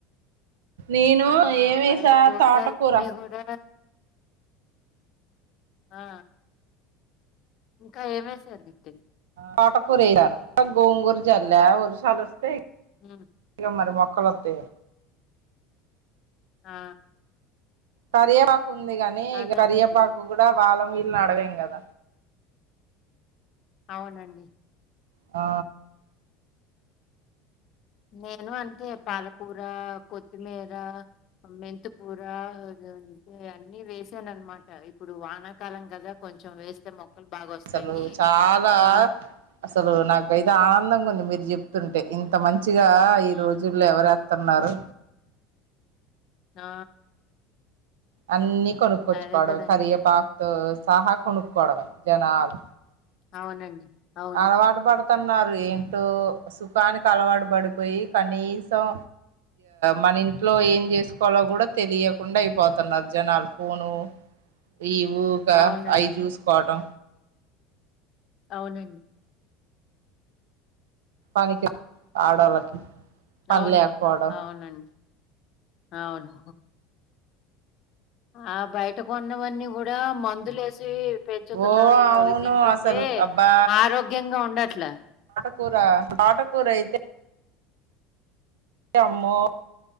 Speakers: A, on the right; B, on the left.
A: నేను
B: ఆ
A: ఏమేసా
B: బయట కూరగాయలన్నీ
A: తోటకూర
B: కూడా ఆ ఇంకా ఏమేం సర్ది
A: తోటకుర ఏసాను గోంగూర జల్లా వర్షాలు వస్తే
B: ఉమ్,
A: తీర మరి మొక్కా లోత్తాయిగ
B: ఆ
A: కరియేపాకు ఉంది గాని
B: అదేనండి
A: కరియేపాకు కూడా బలం అడగలేం గద
B: అవునండి
A: ఆ
B: నేను అంతే పాలకూర కొత్తిమీర మెంతికూర అందుకే అన్ని వేసాను అనమాట ఇప్పుడు వానాకాలం కదా కొంచెం వేస్తే మొక్కలు బాగ వస్తాయని
A: అసలు చాలా
B: ఆ
A: అసలు నాక అయితే ఆనందంగా ఉంది మీరు జెప్ తుంటే ఇంత మంచిగా ఈ
B: హ్మ్.
A: రోజుల్లో ఎవరు వత్తున్నారు
B: ఆ
A: అన్ని కొనుక్కోచ్చుకోడు
B: అదే కదండీ!
A: కరియేపాకుతో సహా కొనుక్కోడమే జనాల్
B: అవునండి అవును.
A: అలవాటు పడు న్నారు ఏంటో సుఖానికి అలవాటు పడిపోయి కనీసం మన ఇంట్లో ఏం చేసుకోవాలో కూడా తెలియకుండా అయిపోతున్నారు జనాలు ఫోను ఈ ఊకా
B: అవునండి.
A: అయి చూసుకోవటం
B: అవునండి
A: పనికి ఆడోళ్ళకి పని
B: అవును
A: లేకపోవడం
B: అవునన్ అవును ఆ బయటకొన్నవన్నీ కూడా మందులేస్తే పెంచుతున్నారు
A: ఓ అవును
B: అవి తింటుంటే
A: అసలు అబ్బా
B: ఆరోగ్యంగా ఉండట్లా
A: కూర తోట కూర అయితే అమ్మో